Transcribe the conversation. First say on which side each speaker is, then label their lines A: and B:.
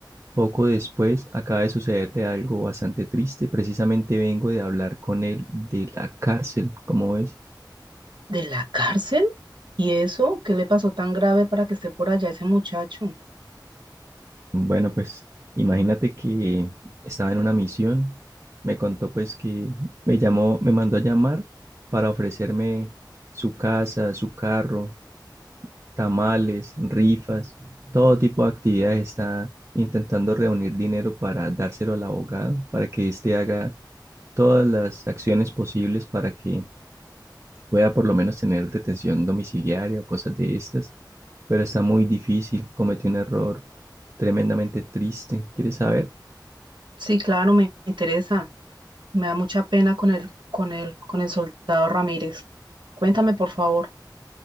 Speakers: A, on the right; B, on the right.
A: poco después acaba de sucederle algo bastante triste. Precisamente vengo de hablar con él de la cárcel, ¿cómo ves?
B: ¿De la cárcel? ¿Y eso? ¿Qué le pasó tan grave para que esté por allá ese muchacho?
A: Bueno, pues imagínate que estaba en una misión, me contó pues que me llamó, me mandó a llamar para ofrecerme su casa, su carro, tamales, rifas, todo tipo de actividades. Está intentando reunir dinero para dárselo al abogado, para que éste haga todas las acciones posibles para que pueda por lo menos tener detención domiciliaria o cosas de estas, pero está muy difícil, cometió un error tremendamente triste. ¿Quieres saber?
B: Sí, claro, me interesa. Me da mucha pena con el, con el, con el soldado Ramírez. Cuéntame, por favor.